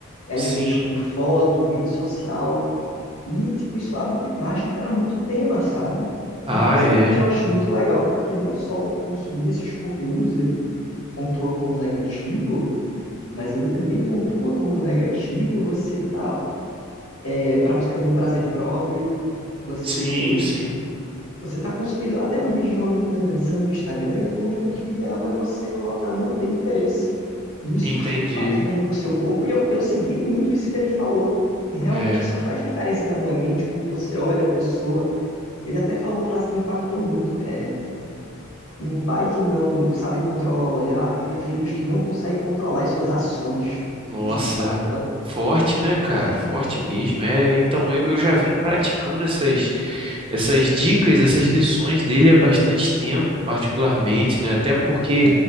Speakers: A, on the left (about 70°); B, on the right (about 25°).
A: É,
B: Sim.
A: às vezes com foto, rede social, e tipo, isso abre margem para muito tema, sabe?
B: Ah,
A: E principalmente
B: é.
A: eu acho muito legal, porque não só consumir esses conteúdos ele pontua como negativo, mas ele também pontua como negativo você tá é, praticando prazer próprio, você
B: Sim, sim.
A: você está consumindo até um vídeo de uma menina dançando no Instagram, ele comenta que o ideal é você colocar não ter interesse. E isso
B: Entendi.
A: faz bem para o seu corpo, e eu, eu segui muito isso que ele falou. E realmente
B: É.
A: isso faz diferença na minha mente, como você olha a pessoa. Ele até falou uma frase que me impactou muito: é, um pai que não sabe controlar o olhar cria filhos que não conseguem controlar as suas ações.
B: Nossa,
A: Isso impacta.
B: forte, né, cara? Forte mesmo. É, então eu, eu já venho praticando essas, essas dicas, essas lições dele há bastante tempo, particularmente, né? Até porque